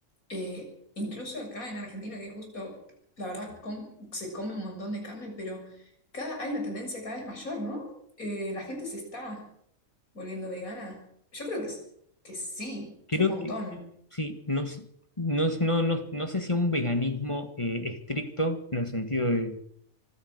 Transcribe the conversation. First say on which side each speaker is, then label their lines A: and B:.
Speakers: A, on the left (about 85°); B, on the left (about 20°).
A: eh, incluso acá en Argentina, que justo, la verdad, com- se come un montón de carne, pero cada, hay una tendencia cada vez mayor, ¿no? Eh, la gente se está volviendo vegana? Yo creo que, s- que sí,
B: Creo
A: que un montón.
B: que, sí, no, s- no, s- no, no, no sé si un veganismo eh, estricto, en el sentido de